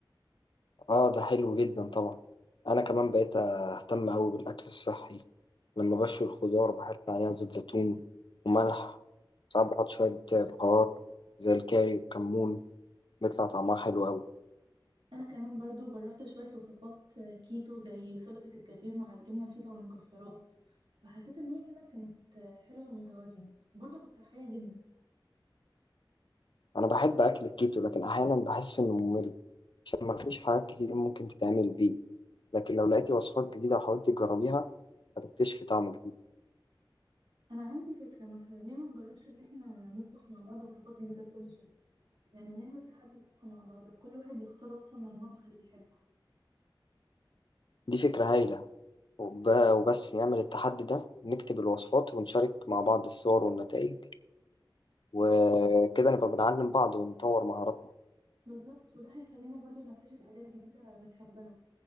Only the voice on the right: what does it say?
انا كمان برضو جربت شوية وصفات آه، كيتو زي سلطة الجرجير مع الجبنة الفيتا والمكسرات وحسيت ان هي كده كانت آه، حلوة ومتوازنة برضو كانت صحية جدا
انا عندي فكرة مثلا ليه ما نجربش ان احنا نطبخ مع بعض وصفات جديدة كل شهر يعني نعمل تحدي طبخ مع بعض وكل واحد يختار وصفة من المطبخ اللي بيحبه
بالظبط وده هيخلينا برضو نكتشف حاجات جديدة بنحبها